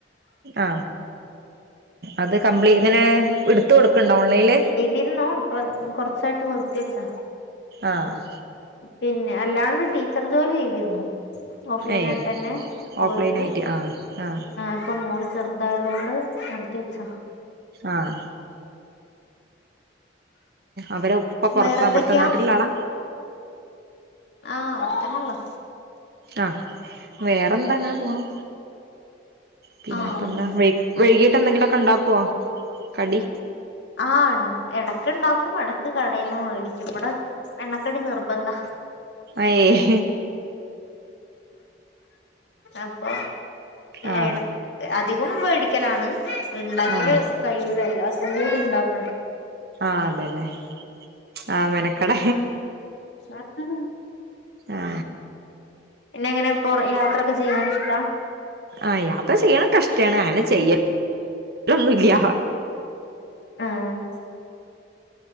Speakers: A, on the right; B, on the left.
A: ആ അത് കംപ്ലീ ഇങ്ങനെ എടുത്ത് കൊടുക്കണ്ടോ ഓൺലൈൽ
B: ഇടനു ഇപ്പ കുറച്ചായിട്ട് നിർത്തി വെച്ചാ
A: ആഹ്
B: പിന്നെ അല്ലാണ്ട് ടീച്ചർ ജോലി ചെയ്തിരുന്നു. ഓഫ്‌ലൈൻ
A: ഏയ്
B: ആയിട്ട് തന്നെ പോയിട്ട്
A: ഓഫ്ലൈൻ ആയിട്ട് ആഹ് ആഹ്
B: ഇപ്പൊ മോ ചെറുതായത് ആയത്കൊണ്ട് നിർത്തി വെച്ച
A: ആഹ് അവരെ ഉപ്പ പുറത്ത
B: വേറെന്തൊക്കെയാ
A: അവിടുത്തെ നാട്ടിള ആളാ
B: ആഹ് ഇവടതനൊള്ളോ
A: ആ വേറെന്താ ഇങ്ങനെ പോണു പിന്നെപ്പന്താ
B: ആഹ്
A: വൈകീട്ട് എന്തെങ്കിലുമൊക്കെ ഉണ്ടാക്കുവോ കടി
B: ആ ഇടക്ക് ഉണ്ടാക്കപ്പും ഇടക്ക് കടയിന്നന്ന് മേടിക്കും ഇവടെ എണ്ണക്കടി നിർബന്ധ
A: ഏയ്
B: അപ്പൊ
A: ആ ആ
B: എടകും അധികം മേടിക്കലാണ് ഉണ്ടാക്കൽ
A: ആ
B: കഴിയൂലല്ലോ എല്ലാർക്കും കൂടി ഉണ്ടാക്ക
A: ആഹ അതന്നെ ആ മെനക്കട
B: ആഹ്
A: ആ
B: പിന്നെ എങ്ങനെപ്പറ യാത്രൊക്കെ ചെയ്യാൻ ഇഷ്ട
A: ആഹ യാത്ര ചെയ്യണം ക് ഇഷ്ടാണ് അങ്ങനെ ചെയ്യല്ന്നുമില്ല.
B: ആഹ്